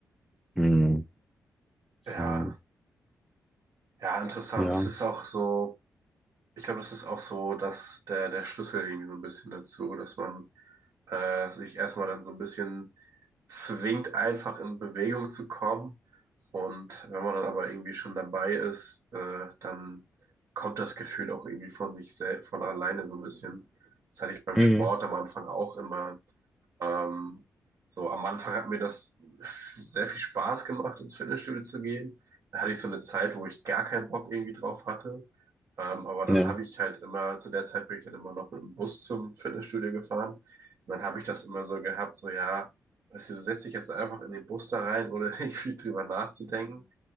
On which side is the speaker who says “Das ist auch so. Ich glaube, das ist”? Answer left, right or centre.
Right